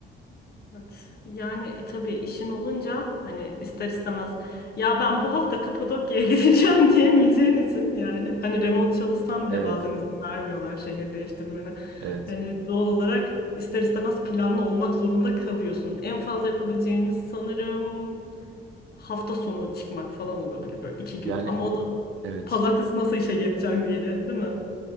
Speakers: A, on the left; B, on the right.
A: Evet. Yani e, tabii işin olunca hani ister istemez ya ben bu hafta Kapadokya'ya <laughs> gideceğim diyemeyeceğin için yani hani remote çalışsam bile
B: Evet,
A: bazen izin vermiyorlar şehir değiştirmene.
B: evet.
A: Hani doğal olarak ister istemez planlı olmak zorunda kalıyorsun. En fazla yapabileceğiniz sanırım hafta sonu çıkmak falan olabilir böyle iki gün.
B: Yani
A: Ama o da
B: evet
A: pazartesi nasıl işe geçeceksin diye değil mi?